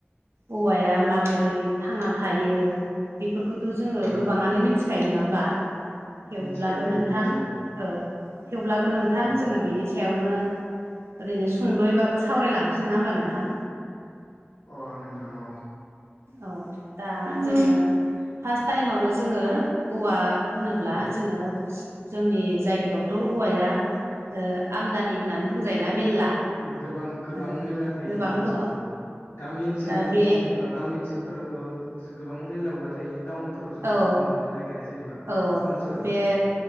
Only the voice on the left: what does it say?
औ
मिथिखायो दे
मिथिखायो
औ
अ नोंथां औ
औ
गोबां गोबां
मेरला थायो
नङा होमबा
औ गामि ओनसोल
जेनेबा गामि ओनसोल फोरावथ' गोबां मेरला औवा थायो टाउनफोरावसो
बेफोरखौ मोननो नागिरा जेनेबा
टाउन सोहोरावसो